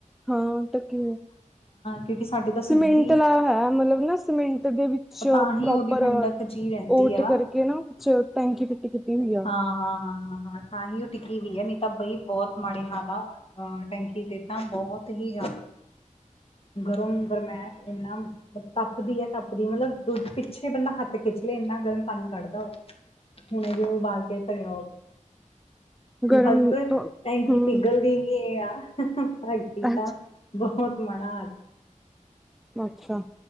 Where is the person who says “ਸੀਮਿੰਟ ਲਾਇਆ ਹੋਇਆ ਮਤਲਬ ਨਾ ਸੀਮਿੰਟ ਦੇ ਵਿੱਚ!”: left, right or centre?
Centre